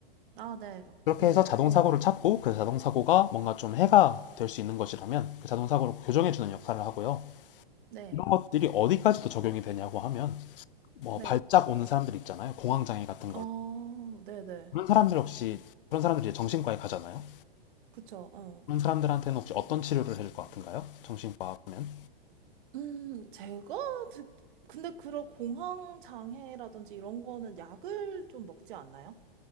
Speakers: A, on the right; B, on the left.
A: 아, 네.
B: 그렇게
A: 오늘,
B: 해서 자동
A: 어,
B: 사고를 찾고 그 자동 사고가 뭔가 좀 해가 될 수 있는 것이라면 그 자동 사고를 교정해 주는 역할을 하고요.
A: 네,
B: 이런 것들이 어디까지도 적용이 되냐고 하면 뭐
A: 네.
B: 발작 오는 사람들 있잖아요. 공황 장애 같은 걸.
A: 어, 네네.
B: 그런 사람들 역시 그런 사람들이 이제 정신과에 가잖아요.
A: 그쵸, 어.
B: 그런 사람들한테는 혹시 어떤 치료를 해줄 것 같은가요? 정신과 보면
A: 음, 제가, 듣- 근데 그런 공황 장애라든지 이런 거는 약을 좀 먹지 않나요?